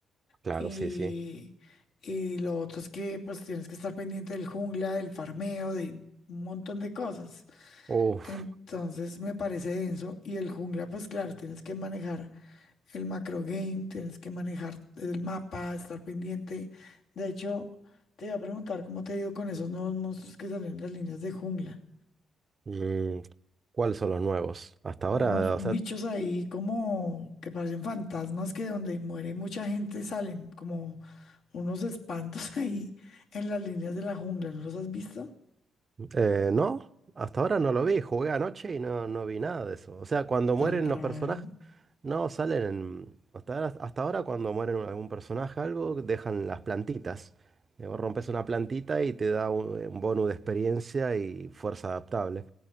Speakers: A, on the right; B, on the left.
A: Claro,
B: Y,
A: sí, sí.
B: y lo otro es que pues tienes que estar pendiente del jungla, del farmeo, de un montón de cosas.
A: Uf.
B: Entonces me parece denso. Y el jungla, pues claro, tienes que manejar el macro game, tienes que manejar el mapa, estar pendiente. De hecho, te iba a preguntar cómo te ha ido con esos nuevos monstruos que salieron en las líneas de jungla.
A: mm, ¿Cuáles son los nuevos? Hasta ahora,
B: unos bichos
A: o sea,
B: ahí como que parecen fantasmas que donde muere mucha gente salen como unos espantos <laughs> ahí en las líneas de la jungla. ¿No los has visto?
A: eh, no. Hasta ahora no lo vi. Jugué anoche y no, no vi nada de eso. O sea, cuando mueren
B: Tan
A: los
B: raro.
A: personajes, no salen en- Hasta ahora, hasta ahora cuando mueren algún personaje, algo, dejan las plantitas. Eh, vos rompes una plantita y te da un un bonus de experiencia y fuerza adaptable.